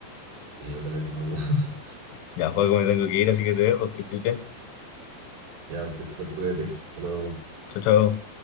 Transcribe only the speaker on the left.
Ya, Juaco, me tengo que ir, así que te dejo, que estoy bien.
Chao, chao.